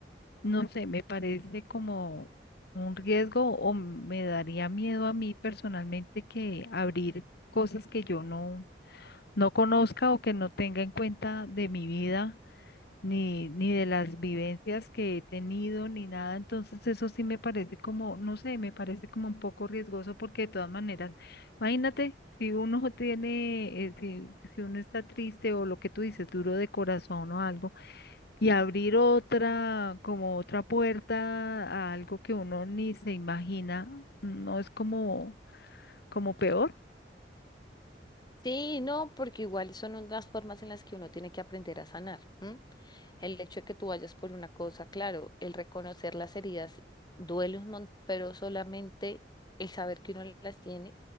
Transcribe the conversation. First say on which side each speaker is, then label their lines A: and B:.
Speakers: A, on the left; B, on the left.
A: no sé, me parece como un riesgo o me daría miedo a mí personalmente que abrir cosas que yo no, no conozca o que no tenga en cuenta de mi vida ni, ni de las vivencias que he tenido, ni nada. Entonces eso sí me parece como, no sé, me parece como un poco riesgoso porque de todas maneras, imagínate, si uno <laughs> tiene, eh, si, si uno está triste o lo que tú dices, duro de corazón o algo, y abrir otra, como otra puerta a algo que uno ni se imagina, no es como, como peor.
B: Sí, no, porque igual son unas formas en las que uno tiene que aprender a sanar. ¿m? El hecho de que tú vayas por una cosa, claro, el reconocer las heridas duele un montón, pero solamente el saber que uno las tiene,